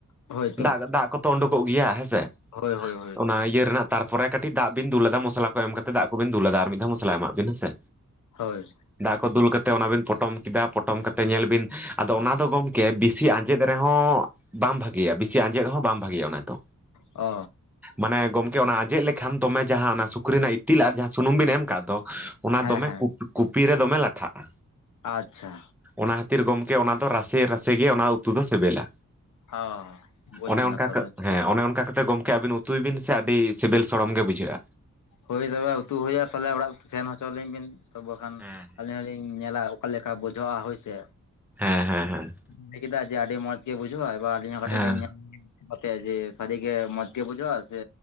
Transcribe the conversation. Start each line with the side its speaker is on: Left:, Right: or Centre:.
Left: ᱦᱳᱭᱛᱚ
Centre: ᱫᱟᱜ ᱫᱟᱜ ᱠᱚᱛᱮᱼᱼ ᱛᱚ ᱳᱱᱰᱩᱠᱚᱜ ᱜᱮᱭᱟ ᱦᱮᱸ ᱥᱮ?
Left: ᱦᱳᱭ ᱦᱳᱭ ᱦᱳᱭ᱾
Centre: ᱚᱱᱟ ᱤᱭᱟᱹ ᱨᱮᱱᱟᱜ ᱛᱟᱨᱯᱚᱨᱮ ᱠᱟᱹᱴᱤᱡ ᱫᱟᱜ ᱵᱤᱱ ᱫᱩᱞ ᱟᱫᱟ ᱢᱚᱥᱞᱟ ᱠᱚ ᱮᱢ ᱠᱟᱛᱮ ᱫᱟᱜ ᱠᱚᱵᱤᱱ ᱫᱩᱞ ᱟᱫᱟ ᱟᱨ ᱢᱤᱫ ᱫᱷᱟᱣ ᱢᱚᱥᱞᱟ ᱮᱢᱟᱜ ᱵᱤᱱ ᱦᱮᱸᱥᱮ᱾
Left: ᱦᱳᱭ᱾
Centre: ᱫᱟᱜ ᱠᱚ ᱫᱩᱞ ᱠᱟᱛᱮ ᱚᱱᱟ ᱵᱤᱱ ᱯᱚᱴᱚᱢ ᱠᱮᱫᱟ ᱯᱚᱴᱚᱢ ᱠᱟᱛᱮ ᱧᱮᱞ ᱵᱤᱱ ᱟᱫᱚ ᱚᱱᱟ ᱫᱚ ᱜᱚᱢ ᱠᱮ ᱵᱤᱥᱤ ᱟᱸᱡᱮᱫ ᱨᱮᱦᱚᱸ ᱵᱟᱝ ᱵᱷᱟᱜᱮᱭᱟ ᱵᱤᱥᱤ ᱟᱸᱡᱮᱫ ᱦᱚᱸ ᱵᱟᱝ ᱵᱷᱟᱜᱮᱭᱟ ᱚᱱᱟ ᱫᱚᱼᱼ
Left: ᱚᱼᱼ
Centre: ᱢᱟᱱᱮ ᱜᱚᱢᱠᱮ ᱚᱱᱟ ᱟᱸᱡᱮᱫ ᱞᱮᱠᱷᱟᱱ ᱫᱚᱢᱮ ᱡᱟᱦᱟᱸ ᱚᱱᱟ ᱥᱩᱠᱨᱤ ᱨᱮᱱᱟᱜ ᱤᱛᱤᱞ ᱟᱨ ᱡᱟᱦᱟᱸ ᱥᱩᱱᱩᱢ ᱵᱤᱱ ᱮᱢ ᱠᱟᱜ ᱫᱚ ᱚᱱᱟ
Left: ᱦᱮᱸ
Centre: ᱫᱚᱢᱮ
Left: ᱦᱮᱸ
Centre: ᱠᱩᱯᱤ ᱨᱮ ᱫᱚᱢᱮ ᱞᱟᱴᱷᱟᱜᱼᱟ᱾
Left: ᱟᱪᱪᱷᱟ᱾
Centre: ᱚᱱᱟ ᱠᱷᱟᱹᱛᱤᱨ ᱜᱚᱢᱠᱮ ᱚᱱᱟ ᱫᱚ ᱨᱟᱥᱮ ᱨᱟᱥᱮ ᱜᱮ ᱚᱱᱟ ᱩᱛᱩ ᱫᱚ ᱥᱮᱵᱮᱞᱟ᱾
Left: ᱚ ᱵᱩᱡᱽ
Centre: ᱚᱱᱮ
Left: ᱮᱱᱟ
Centre: ᱚᱱᱠᱟ
Left: ᱛᱚᱵᱮ
Centre: ᱠᱟ ᱦᱮᱸ ᱚᱱᱮ ᱚᱱᱠᱟ ᱠᱟᱛᱮᱫ ᱜᱚᱢᱠᱮ ᱟᱹᱵᱤᱱ ᱩᱛᱩᱭ ᱵᱤᱱ ᱥᱮ ᱟᱹᱰᱤ ᱥᱤᱵᱤᱞ ᱥᱚᱲᱚᱢ ᱜᱮ ᱵᱩᱡᱷᱟᱹᱜᱼᱟ᱾
Left: ᱦᱳᱭ ᱛᱚᱵᱮ ᱩᱛᱩ ᱦᱩᱭᱩᱜᱼᱟ ᱛᱟᱦᱚᱞᱮ ᱚᱲᱟᱜ ᱥᱮᱱ ᱦᱚᱪᱚᱣᱟᱞᱤᱧ ᱵᱤᱱ ᱛᱚ ᱵᱟᱠᱷᱟᱱ
Centre: ᱦᱮᱸ
Left: ᱟᱹᱞᱤᱧ ᱦᱚᱞᱤᱧ ᱧᱮᱞᱟ᱾ ᱚᱠᱟ ᱞᱮᱠᱟ ᱵᱩᱡᱷᱟᱹᱜᱼᱟ ᱦᱳᱭ ᱥᱮ᱾
Centre: ᱦᱮᱸ, ᱦᱮᱸ, ᱦᱮᱸ᱾
Left: ᱞᱟᱹᱭ ᱠᱮᱫᱟ ᱡᱮ ᱟᱹᱰᱤ ᱢᱚᱸᱡᱽ ᱜᱮ ᱵᱩᱡᱷᱟᱹᱜ-ᱟ ᱮᱵᱟᱨ ᱟᱹᱞᱤᱧ ᱦᱚᱸ ᱠᱟᱹᱴᱤᱡ
Centre: ᱦᱮᱸ
Left: ᱞᱤᱧ ᱧᱮ ᱠᱟᱛᱮ ᱡᱮ ᱥᱟᱹᱨᱤ ᱜᱮ ᱢᱚᱸᱡᱽ ᱜᱮ ᱵᱩᱡᱚᱜ-ᱟ ᱥᱮ